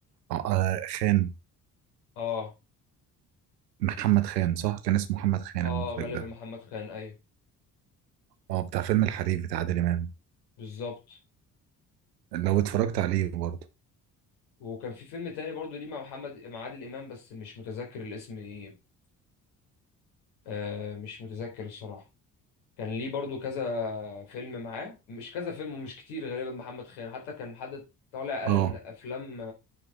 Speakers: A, on the right; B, on the left.
A: آه، خان
B: اه
A: محمد خان صح كان اسمه محمد خان
B: اه
A: المخرج
B: غالبا
A: ده
B: محمد خان ايوه
A: اه بتاع فيلم الحريف بتاع عادل امام
B: بالظبط
A: لو اتفرجت عليه برضه
B: وكان في فيلم تاني برضو ليه مع محمد مع عادل إمام بس مش متذكر الاسم ايه آه مش متذكر الصراحة كان ليه برضو كذا فيلم معاه مش كذا فيلم ومش كتير غالبا محمد خان حتى كان حد طالع قال
A: اه
B: ان افلام